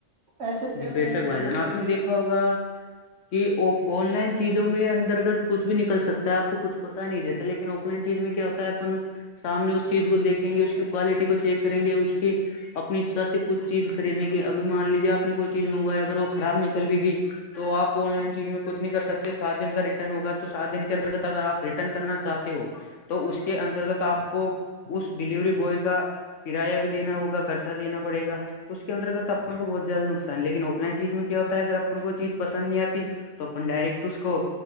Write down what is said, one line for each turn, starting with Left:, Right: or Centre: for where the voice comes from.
Right: ایسے
Left: جی
Right: بھی
Left: بے
Right: میں
Left: شک بھائی
Right: بہت
Left: جانا
Right: دیکھے
Left: آپ نے دیکھا
Right: ہیں
Left: ہوگا کہ آن لائن چیزوں میں انترگت کچھ بھی نکل سکتا ہے آپ کو کچھ پتا نہیں دیتا لیکن آف لائن چیز میں کیا ہوتا اپن سامنے اس چیز کو دیکھیں گے اس کی کوالٹی کو چیک کریں گے اس کی اپنی اچھا سے کچھ چیز خرینے کی اب مان لیجیے آپ نے کوئی چیز منگوایا اگر وہ خراب نکل بھی گی تو آن لائن چیز میں کچھ نہیں کر سکتے سات دن کا ریٹرن ہوگا تو سات دن کے انترگت اگر آپ ریٹرن کرنا چاہتے ہو تو اس کے انترگت آپ کو اس ڈلیوری بوائے کا کرایہ بھی دا ہوگا خرچہ دینا پڑےا تو اس کے انترگت تو اپن کو بہت زیادہ ن نقصان لیکن آف لائن چیز میں کیا ہوتا ہے اگر اپن کوئی چیز پسند نہیں آتی تو اپن ڈائریکٹ اس کو